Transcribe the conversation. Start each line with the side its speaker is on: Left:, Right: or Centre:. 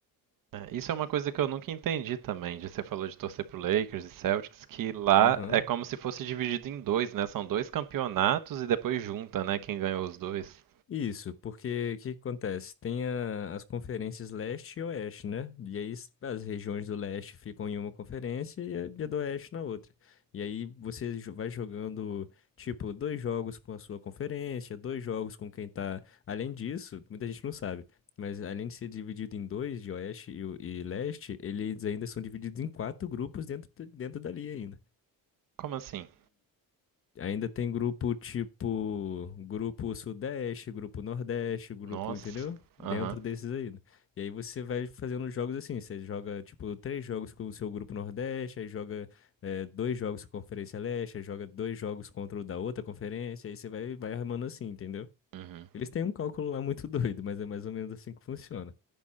Right: É, isso é uma coisa que eu nunca entendi também, de você falou de torcer pro Lakers e Celtics, que lá
Left: Aham.
Right: é como se fosse dividido em dois, né? São dois campeonatos e depois junta, né, quem ganhou os dois.
Left: Isso, porque o que que acontece? Tem a- as conferências leste e oeste, né? E aí s- as regiões do leste ficam em uma conferência e a, e a do oeste na outra. E aí você jo- vai jogando, tipo, dois jogos com a sua conferência, dois jogos com quem tá. Além disso, muita gente não sabe, mas além de ser dividido em dois, de oeste e, o- e leste, eles ainda são divididos em quatro grupos dentro, d- dentro dali ainda.
Right: Como assim?
Left: Ainda tem grupo tipo grupo Sudeste, grupo Nordeste, grupo,
Right: Nossa.
Left: entendeu?
Right: Aham.
Left: Dentro desses aí. né? E aí você vai fazendo jogos assim, você joga tipo três jogos com o seu grupo Nordeste, aí joga eh, dois jogos com a Conferência Leste, aí joga dois jogos contra o da outra conferência, aí você vai, vai armando assim, entendeu?
Right: Uhum.
Left: Eles têm um cálculo lá muito <laughs> doido, mas é mais ou menos assim que funciona.